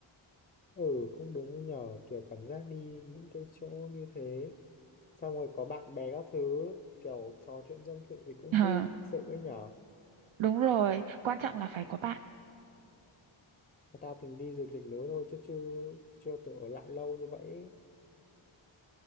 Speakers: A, on the left; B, on the right.
A: ừ cũng đúng nhở kiểu cảm giác đi những cái chỗ như thế xong rồi có bạn bè các thứ kiểu trò chuyện tâm sự thì cũng
B: hả
A: vui thật sự ấy nhở
B: đúng rồi, quan trọng là phải có bạn
A: tao tính đi du lịch núi thôi chứ chưa chưa tự ở lại lâu như vậy